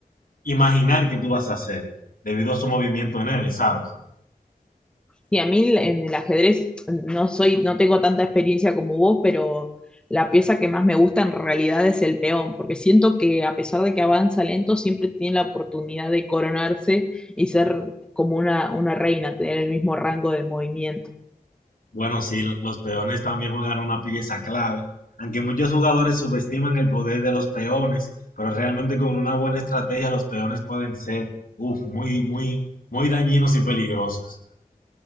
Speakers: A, on the left (about 65°); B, in the centre.
A: imaginar que tú vas a hacer, debido a su movimiento en él, ¿sabes?
B: Sí, a mí el- en el ajedrez no soy, no tengo tanta experiencia como vos, pero la pieza que más me gusta en realidad es el peón, porque siento que a pesar de que avanza lento, siempre tiene la oportunidad de coronarse y ser como una, una reina, tener el mismo rango de movimiento.
A: Bueno, sí, lo- los peones también juegan una pieza clave. Aunque muchos jugadores subestiman el poder de los peones, pero realmente con una buena estrategia los peones pueden ser, uf, muy, muy, muy dañinos y peligrosos.